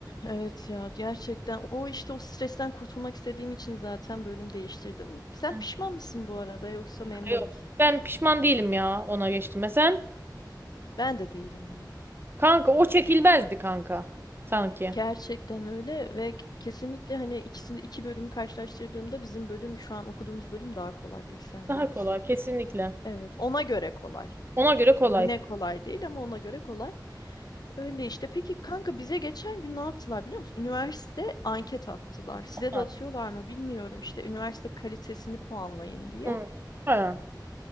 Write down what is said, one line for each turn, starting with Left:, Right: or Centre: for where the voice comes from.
Left: Evet ya gerçekten o işte o stresten kurtulmak istediğim için zaten bölüm değiştirdim. Sen
Right: Ha,
Left: pişman mısın bu arada yoksa memnun
Right: Yok.
Left: musun?
Right: Ben pişman değilim ya ona geçtiğime. Sen?
Left: Ben de değilim ya.
Right: Kanka o çekilmezdi kanka. Sanki.
Left: Gerçekten öyle ve kesinlikle hani ikisini iki bölümü karşılaştırdığımda bizim bölüm şu an okuduğumuz bölüm daha kolay bilgisayar mühendisi.
Right: Daha kolay kesinlikle.
Left: Evet, ona göre kolay.
Right: Ona göre
Left: Hani
Right: kolay.
Left: yine kolay değil ama ona göre kolay. Öyle işte. Peki kanka bize geçen gün ne attılar biliyor musun? Üniversite anket attılar. Size
Right: Ha.
Left: de atıyorlar mı bilmiyorum işte. Üniversite kalitesini puanlayın diye.
Right: Hı. Ha.